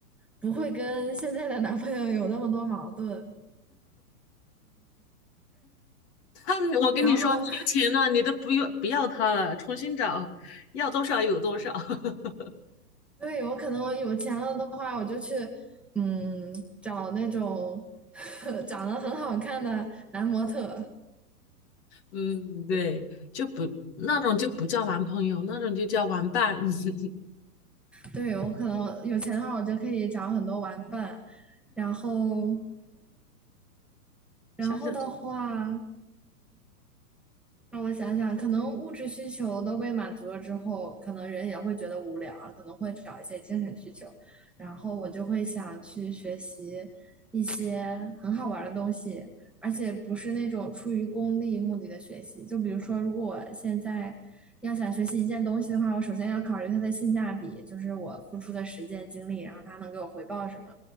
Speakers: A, in the centre; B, on the left (about 45°).
A: 不会跟现在的男朋友有那么多矛盾。
B: 他，我跟你说，
A: 然后，
B: 你有钱了，你都不用不要他了，重新找，要多少有多少。<laughs>
A: <laughs> 对，我可能有钱了的话，我就去嗯找那种 <laughs> 长得很好看的男模特。
B: 嗯，对，就不那种就不叫男朋友，那种就叫玩伴。<laughs>
A: 对，我可能有钱的话，我就可以找很多玩伴。然后，然后的话。
B: 想想真
A: 让我想想，可能物质需求都被满足了之后，可能人也会觉得无聊啊，可能会找一些精神需求。然后我就会想去学习一些很好玩的东西，而且不是那种出于功利目的的学习。就比如说，如果我现在要想学习一件东西的话，我首先要考虑它的性价比，就是我付出的时间精力，然后它能给我回报什么。